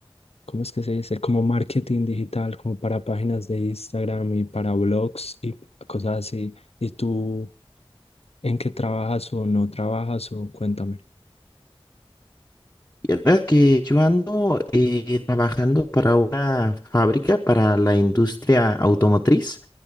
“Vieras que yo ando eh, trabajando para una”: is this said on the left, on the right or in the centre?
Left